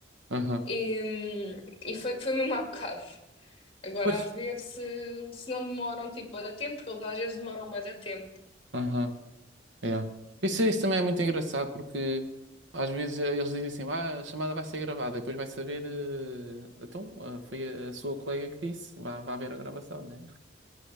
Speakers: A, on the right; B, on the left.
A: Aham.
B: E, e foi, foi mesmo há bocado. Agora
A: Pois.
B: a ver se, se não demoram tipo bué da tempo, porque eles às vezes demoram bué da tempo.
A: Aham. Yeah. Isso, isso também é muito engraçado porque às vezes eh, eles dizem assim, ah, a chamada vai ser gravada, depois vai saber, eh, então, ah, foi a, a sua colega que disse, vá, vá ver a gravação, né?